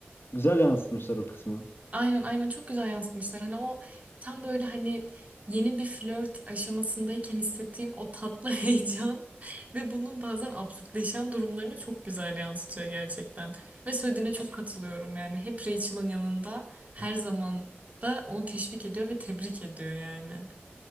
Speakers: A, on the left; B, on the right.
A: Güzel yansıtmışlar o kısmı.
B: Aynen aynen çok güzel yansıtmışlar. Hani o tam böyle hani yeni bir flört aşamasındayken hissettiğin o tatlı <laughs> heyecan ve bunun bazen absürtleşen durumlarını çok güzel yansıtıyor gerçekten. Ve söylediğine çok katılıyorum yani. Hep Rachel'ın yanında her zaman da onu teşvik ediyor ve tebrik ediyor yani.